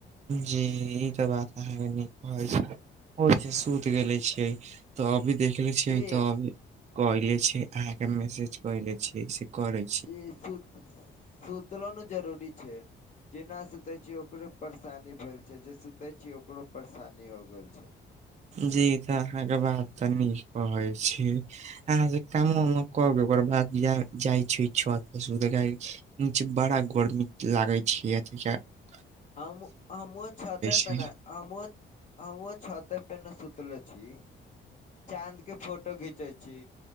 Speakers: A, on the right; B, on the left.
A: जी ई त बात अहाँके नीक कहै छैय, ओहि स सुत गेले छैय। त अभी देखले छियै
B: जी
A: त अभी कइले छैय अहाँ के मैसेज कइले छीयै से करैय
B: इ सुत सूतलो न जरूरी छैय। जे ना सुतय छी ओकरो परेशानी भेल छैय, जे सुतय छी ओकरो परेशानी हो गेल छैय।
A: जी त अहाँके बात त नीक कहैय छिये। अहाँके कामोमे क ग ओकर बाद जाइ जाय छी छत पर सूते <unintelligible> <unintelligible> बड़ा गर्मी लागैत छैय <unintelligible>
B: हम हम ओए छते
A: छै
B: पे न हम ओए हम ओए छते ते न सूतले छी। चाँद के फोटो घिच जै छी,